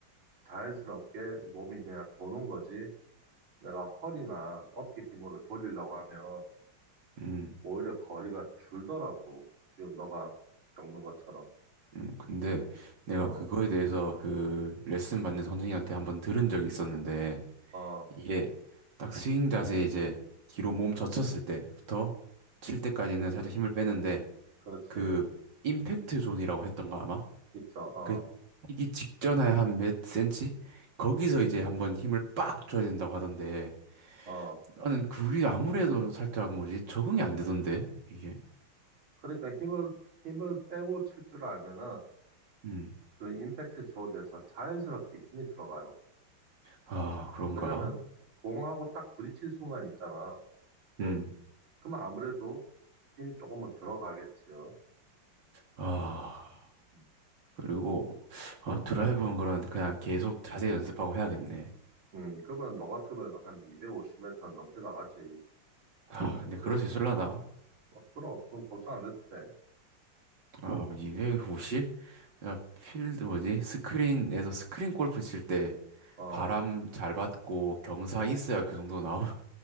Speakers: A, on the right; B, on the right.
A: 자연스럽게 몸이 그냥 도는 거지. 내가 허리나 어깨 힘으로 돌리려고 하면
B: 음,
A: 오히려 거리가 줄더라고. 지금 너가 겪는 것처럼.
B: 음, 근데 내가
A: 어,
B: 그거에 대해서 그 레슨 받는 선생님한테 한번 들은 적이 있었는데,
A: 어,
B: 이게 딱 스윙 자세 이제 뒤로 몸 젖혔을 때부터 칠 때까지는 살짝 힘을 빼는데,
A: 그렇지.
B: 그 임팩트 존이라고 했던가 아마?
A: 있어.
B: 그 튀기 직전에 한 몇 센치? 거기서 이제 한번 힘을 빡 줘야 된다고 하던데,
A: 어, 어.
B: 나는 그게 아무래도 살짝 뭐지 적응이 안 되던데 이게
A: 그러니까 힘을, 힘을 빼고 칠 줄 알면은
B: 음.
A: 그 임팩트 조드에서 자연스럽게 힘이 들어가요.
B: 아 그런가
A: 왜냐면 공하고 딱 부딪힌 순간 있잖아.
B: 음.
A: 그럼 아무래도 힘이 조금은 들어가겠지요.
B: 아
A: 음.
B: 그리고 아 드라이브는 그런데 그냥 계속 자세히 연습하고 해야겠네
A: 음, 그러면 너 같으면 한 250m 넘게 나가지.
B: 아 근데
A: 운동신경도
B: 그럴 수 있을라나
A: 좋은데. 어, 그럼, 그럼 걱정 안 해도 돼.
B: 아 250? 야 필드 뭐지 스크린에서 스크린 골프 칠 때
A: 어,
B: 바람 잘 받고 경사 있어야 그 정도 나오 <laughs>